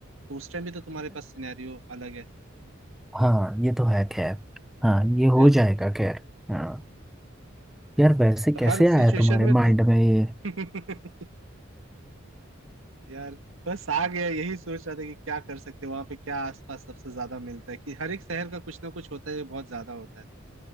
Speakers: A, on the right; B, in the centre.
A: तो उस टाइम भी तो तुम्हारे पास सिनेरियो अलग है
B: हाँ ये तो है खैर हाँ ये
A: तो फिर
B: हो जाएगा खैर हाँ यार वैसे कैसे
A: हर सिचुएशन
B: आया तुम्हारे
A: में
B: माइंड
A: तो-
B: में ये
A: <laughs> यार बस आ गया यही सोच रहा था कि क्या कर सकते हैं वहां पे क्या आसपास सबसे ज्यादा मिलता है कि हर एक शहर का कुछ ना कुछ होता है जो बहुत ज्यादा होता है